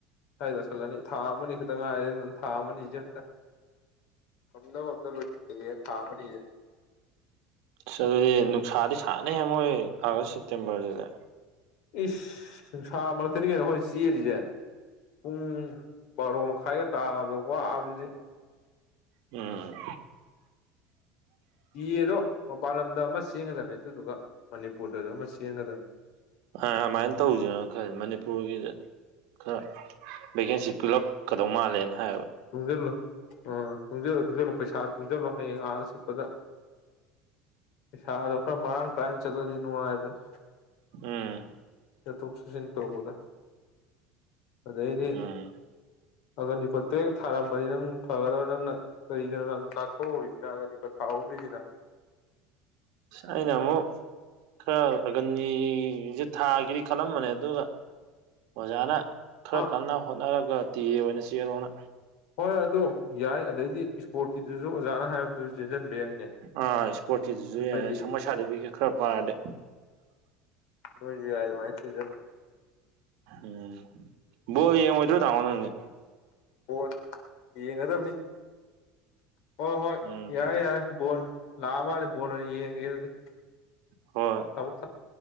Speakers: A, on the left; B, on the right.
A: ꯁ꯭ꯋꯥꯏ ꯇꯧꯁꯤꯜꯂꯅꯤ ꯊꯥ ꯑꯃꯅꯤ ꯈꯛꯇ ꯉꯥꯏꯔꯦ ꯑꯗꯨꯅ ꯊꯥ ꯑꯃꯅꯤꯁꯦ ꯑꯝꯇ ꯉꯝꯅꯕ ꯑꯝꯇ ꯂꯣꯢ ꯊꯥ ꯑꯃꯅꯤꯁꯦ
B: ꯑꯁ ꯑꯗꯨꯗꯤ ꯅꯨꯡꯁꯥꯗꯤ ꯁꯥꯥꯅꯤꯍꯦ ꯃꯣꯏ ꯑꯥꯒꯁ ꯁꯦꯞꯇꯦꯝꯕꯔꯁꯤꯗ
A: ꯏꯁ ꯅꯨꯡꯁꯥ ꯃꯔꯛꯇꯅꯤ ꯀꯩꯅꯣ ꯑꯈꯣꯏꯅ ꯆꯦꯜꯂꯤꯁꯦ ꯄꯨꯡ ꯕꯥꯔꯣ ꯃꯈꯥꯏꯒ ꯇꯥꯕꯗ ꯋꯥꯕꯁꯤꯗꯤ
B: ꯎꯝ
A: ꯇꯤ ꯑꯦꯗꯣ ꯃꯄꯥꯟ ꯂꯝꯗ ꯑꯃ ꯆꯦꯟꯒꯗꯝꯅꯤ ꯑꯗꯨꯗꯨꯒ ꯃꯅꯤꯄꯨꯔꯗꯁꯨ ꯑꯃ ꯆꯦꯟꯒꯗꯝꯅꯤ
B: ꯑ ꯑꯗꯨꯃꯥꯏꯅ ꯇꯧꯁꯤꯔꯅ ꯈꯜ ꯃꯅꯤꯄꯨꯔꯒꯤꯗ ꯈꯔ ꯚꯦꯀꯦꯟꯁꯤ ꯄꯤꯛꯂꯞ ꯀꯗꯧ ꯃꯥꯜꯂꯦꯅ ꯍꯥꯏꯌꯦꯕ
A: ꯇꯨꯡꯖꯤꯜꯂꯣ ꯑ ꯇꯨꯡꯖꯤꯜꯂꯣ ꯇꯨꯡꯖꯤꯜꯂꯣ ꯄꯩꯁꯥ ꯇꯨꯡꯖꯤꯜꯂꯣ ꯍꯌꯦꯡ ꯑꯥꯗ ꯆꯠꯄꯗ ꯄꯩꯁꯥꯗꯣ ꯈꯔ ꯃꯔꯥꯡ ꯀꯥꯏꯅ ꯆꯠꯂꯗꯤ ꯅꯨꯡꯉꯥꯏꯕꯅꯤ
B: ꯎꯝ
A: ꯆꯊꯣꯛ ꯆꯠꯆꯤꯟ ꯇꯧꯕꯗ ꯑꯗꯩꯗꯤ
B: ꯎꯝ
A: ꯑꯒꯅꯤꯄꯠ ꯇ꯭ꯔꯦꯛ ꯊꯥꯔꯝꯕꯗꯤ ꯅꯪ ꯐꯒꯗꯕ ꯅꯪꯅ ꯀꯔꯤꯗꯅꯣ ꯅꯪ ꯅꯥꯟꯊꯣꯛꯍꯧꯔꯤꯁꯤꯅ ꯑꯒꯅꯤꯄꯠ ꯊꯥꯍꯧꯗ꯭ꯔꯤꯁꯤꯅ
B: ꯑꯩꯅꯥ ꯑꯃꯨꯛ ꯈꯔ ꯑꯒꯟꯅꯤꯁꯦ ꯊꯥꯒꯦꯗꯤ ꯈꯜꯂꯝꯕꯅꯦ ꯑꯗꯨꯒ ꯑꯣꯖꯥꯅ ꯈꯔ
A: ꯑꯥ
B: ꯀꯟꯅ ꯍꯣꯠꯅꯔꯒ ꯇꯦ ꯑꯦ ꯑꯣꯏꯅ ꯆꯦꯜꯂꯣꯅ
A: ꯍꯣꯏ ꯑꯗꯨ ꯌꯥꯏ ꯑꯗꯩꯗꯤ ꯏꯁꯄꯣꯔꯠꯀꯤꯗꯨꯁꯨ ꯑꯣꯖꯥꯅ ꯍꯥꯏꯕꯗꯨꯁꯨ ꯆꯦꯟꯁꯤꯟꯕ ꯌꯥꯏꯅꯦ
B: ꯑꯥ ꯏꯁꯄꯣꯔꯠꯀꯤꯗꯨꯁꯨ
A: ꯅꯣꯏꯗꯤ
B: ꯌꯥꯏ ꯁ ꯃꯣꯢ ꯁꯥꯔꯗꯤꯐꯤꯒꯦꯠ ꯈꯔ ꯄꯥꯢꯔꯗꯤ
A: ꯅꯣꯖꯨꯏ ꯌꯥꯢ ꯑꯗꯨꯃꯥꯏ ꯆꯦꯟꯖꯤꯟꯕ
B: ꯎꯝ ꯕꯣꯜ ꯌꯦꯉꯣꯏꯗ꯭ꯔꯣ ꯇꯥꯃꯣ ꯍꯣꯏꯗꯤ
A: ꯕꯣꯜ ꯌꯦꯡꯒꯗꯝꯅꯤ ꯍꯣꯏ ꯍꯣꯏ
B: ꯎꯝ
A: ꯌꯥꯔꯦ ꯌꯥꯔꯦ ꯕꯣꯟ ꯂꯥꯛꯑꯃꯥꯜꯂꯦ ꯕꯣꯟ ꯑꯣꯏꯅ ꯌꯦꯡꯉꯒꯦ ꯑꯗꯨꯗꯤ
B: ꯍꯣꯏ
A: ꯊꯝꯃꯣ ꯊꯝꯃꯣ